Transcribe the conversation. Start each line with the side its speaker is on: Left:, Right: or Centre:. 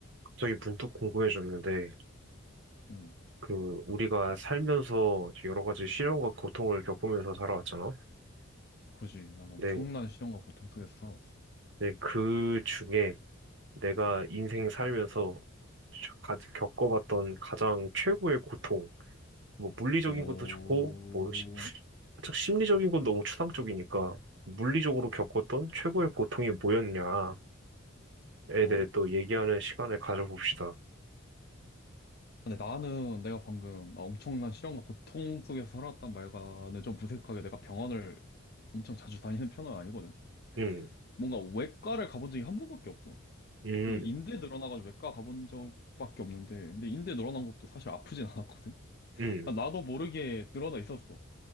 Right: 갑자기 문득 궁금해졌는데,
Left: 응.
Right: 그, 우리가 살면서 여러 가지 시련과 고통을 겪으면서 살아왔잖아?
Left: 굳이 난 엄청난
Right: 근데,
Left: 시련과 고통 속에서 살아왔어.
Right: 근데 그 중에 내가 인생 살면서
Left: 음.
Right: 가- 겪어봤던 가장 최고의 고통, 뭐, 물리적인
Left: 뭐,
Right: 것도 좋고, 뭐, 시- 살짝 심리적인 건 너무 추상적이니까, 물리적으로 겪었던 최고의 고통이 뭐였냐에 대해
Left: 어.
Right: 또 얘기하는 시간을 가져봅시다.
Left: 근데 나는 내가 방금 나 엄청난 시련과 고통 속에서 살았단 말과는 좀 무색하게 내가 병원을 엄청 자주 다니는 편은 아니거든.
Right: 음,
Left: 뭔가 외과를 가본 적이 한 번밖에 없어.
Right: 음,
Left: 그 인대 늘어나가지고 외과 가본 적밖에 없는데, 근데 인대 늘어난 것도 사실 아프진 않았거든.
Right: 음,
Left: 아, 나도 모르게 늘어나 있었어.